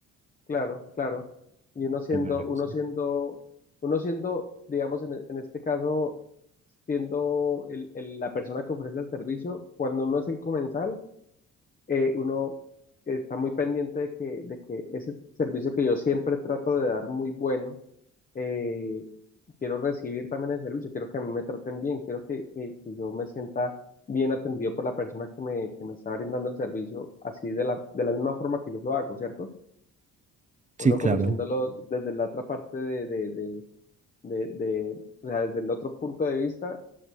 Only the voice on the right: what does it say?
Qué mala
cosa.
Sí,
claro.